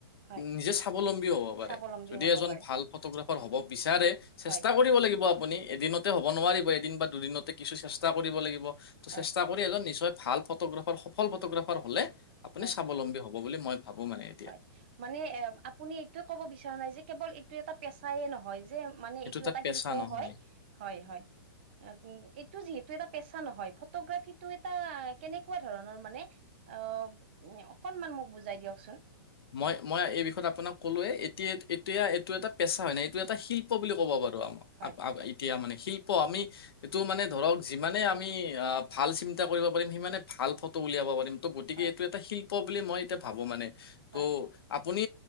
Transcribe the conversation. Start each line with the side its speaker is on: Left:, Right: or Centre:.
Right: হয়
Left: নিজে স্বাৱলম্বীও হ'ব পাৰে
Right: স্বাৱলম্বী
Left: যদি
Right: হব
Left: এজন
Right: পাৰে
Left: ভাল ফটোগ্ৰাফাৰ হ'ব। বিচাৰে চেষ্টা
Right: হয়
Left: কৰিব লাগিব আপুনি। এদিনতে হব নোৱাৰিব এদিন বা দুদিনতে কিছু চেষ্টা কৰিব লাগিব ত
Right: হয়
Left: চেষ্টা কৰি এজন নিশ্চয়। ভাল ফটোগ্ৰাফাৰ সফল ফটোগ্ৰাফাৰ হলে আপুনি
Right: হয়
Left: স্বাৱলম্বী হব বুলি মই। ভাবো মানে এতিয়া
Right: হয় মানে এ আপুনি এইটোয়ে কব বিচৰা নাই যে কেৱল এইটো এটা পেছাইে নহয় যে যে মানে এইটো
Left: তাত
Right: এটা
Left: পেচা
Right: শিল্প
Left: নহয়
Right: হয়, হয়, হয়। উ এইটো যিহেতু এটা পেছা নহয়। ফটোগ্ৰাফীটো এটা কেনেকুৱা ধৰণৰ মানে অ অকনমান মোক বুজাই দিয়কচোন।
Left: মই মই এই বিষয়ত আপোনাক। কলোৱে এতিয়া এতিয়া এইটো এটা পেচা হয় নাই এইটো এটা শিল্প বুলি ক'ব পাৰো আমাৰ
Right: হয়
Left: এতিয়া মানে। শিল্প আমি এইটো মানে ধৰক যিমানে আমি আ ভাল চিন্তা কৰিব পাৰিম সিমানে ভাল ফটো উলিয়াব পাৰিম ত গতিকে
Right: হয়
Left: এইটো এটা শিল্প বুলি মই এতিয়া ভাবো মানে ত
Right: হয়
Left: আপুনি